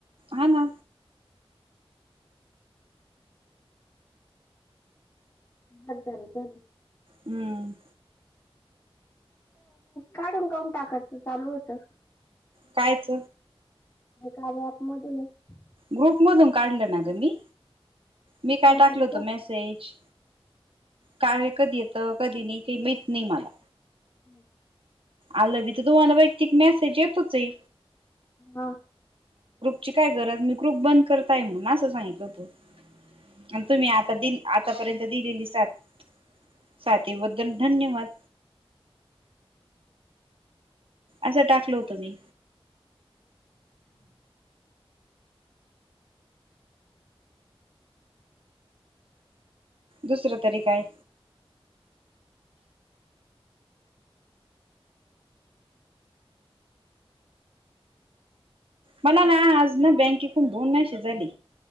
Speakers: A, on the right; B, on the left.
A: हा ना
B: हात तरी धर
A: हम्म
B: काढू करून टाकायचं चालू होत
A: कायच
B: एखाद्या ॲप मधूनच
A: ग्रुप मधून काढलं ना तुम्ही मी काय
B: मला
A: टाकल
B: पण
A: होतं
B: कळ
A: मेसेज, काय हाय कधी येतं? कधी नाही ते माहित नाही मला
B: हम्..
A: आलं बी त तुम्हाला वैयक्तिक मेसेज येतोच ये
B: हा
A: ची काय गरज मी ग्रुप बंद करताय म्हणून असं सांगितलं होत.. आणि तुम्ही आता दिल आतापर्यंत दिलेली साथ साथीबद्दल धन्यवाद. असं टाकल होतो मी
B: हम्म..
A: दुसरं तरी काय मला ना आज ना बँकेकून दोन मेसेज आले.